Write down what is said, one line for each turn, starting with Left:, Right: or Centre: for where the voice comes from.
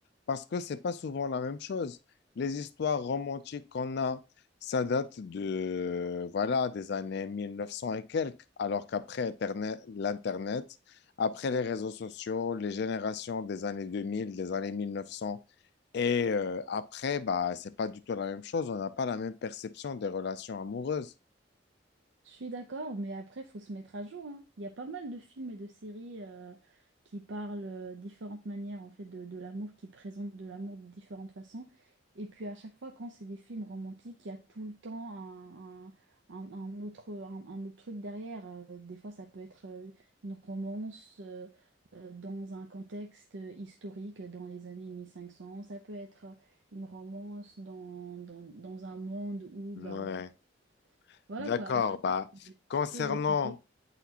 Left: parce que c'est pas souvent la même chose. Les histoires romantiques qu'on a, ça date de, voilà, des années 1900 et quelques, alors qu'après Internet- l'Internet, après les réseaux sociaux, les générations des années 2000 des années 1900 et euh, après, bah, c'est pas du tout la même chose. On n'a pas la même perception des relations amoureuses.
Right: Je suis d'accord, mais après, faut se mettre à jour, hein. Il y a pas mal de films et de séries euh, qui parlent euh, différentes manières en fait de, de l'amour, qui présentent de l'amour de différentes façons. Et puis à chaque fois, quand c'est des films romantiques, il y a tout le temps un, un- un- un autre, un, un autre truc derrière. Euh, des fois, ça peut être euh, une romance euh, euh, dans un contexte historique dans les années 1500. Ça peut être une romance dans, dans, dans un monde où
Left: Ouais.
Right: bah, en fait, voilà
Left: D'accord.
Right: quoi, à chaque
Left: Bah,
Right: fois il y a
Left: concernant,
Right: quelque chose à côté,